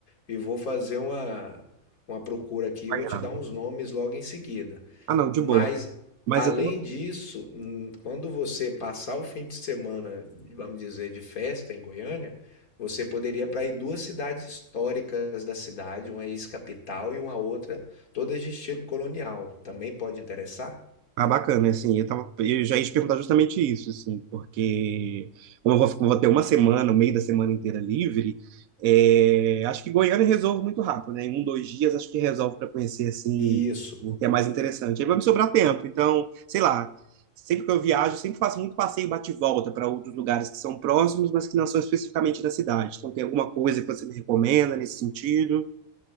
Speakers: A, on the left; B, on the right.
A: e vou fazer uma, uma procura aqui e
B: acompanhado.
A: vou te dar uns nomes logo em seguida.
B: Ah, não, de
A: Mas,
B: boa. Mas
A: além
B: eu tô
A: disso, hum, quando você passar o fim de semana, vamos dizer, de festa em Goiânia, você poderia para ir duas cidades históricas da cidade, uma ex-capital e uma outra, todas de estilo colonial. Também pode interessar?
B: Ah, bacana, assim, eu tava, eu já ia te perguntar justamente isso, assim, porque como eu vou, vou ter uma semana, o meio da semana inteira livre, é, acho que Goiânia resolve muito rápido, né? Em um, dois dias acho que resolve para conhecer, assim,
A: e Isso.
B: o que é mais interessante. Aí vai me sobrar tempo, então, sei lá, sempre que eu viajo, sempre faço muito passeio bate-volta para outros lugares que são próximos, mas que não são especificamente da cidade. Então, tem alguma coisa que você me recomenda nesse sentido?